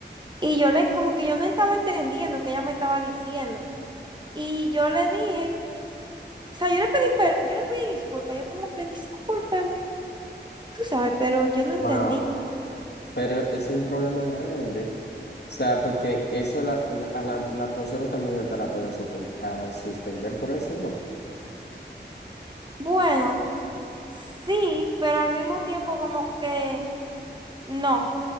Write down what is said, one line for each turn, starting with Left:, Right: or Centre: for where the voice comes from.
Right: y yo le, como que yo no estaba entendiendo que ella me estaba diciendo. Y yo le dije, o sea, yo le pedí, per- yo le pedí disculpas, yo como que discúlpeme, tú sabes, pero yo no
Left: Wow.
Right: entendí.
Left: Pero ese es un problema grande. O sea, porque eso la, la- a la, la profesora también hasta la puede supon- a suspender por eso, ¿no?
Right: Bueno. Sí, pero al mismo tiempo como que no,